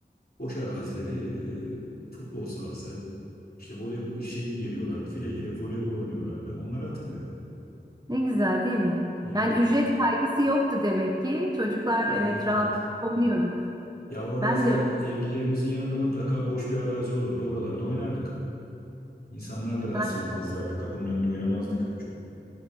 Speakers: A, on the left (about 55°); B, on the right (about 20°).
A: boş arazileri e, futbol sahası, işte voley şey giriyorlardı, file girip voleybol oynuyorlardı. Onları hatırlıyorum.
B: Ne güzel değil mi?
A: Evet,
B: Yani ücret kaygısı yoktu demek ki. Çocuklar evet
A: evet, evet.
B: rahatlıkla oynuyorduk.
A: Ya o araziler
B: Ben de
A: evlerimizin yanında mutlaka boş bir arazi olurdu. Oralarda oynardık. İnsanlar da rahatsız
B: zaten
A: olmazlardı. Kapının önünde oynamazdık çok.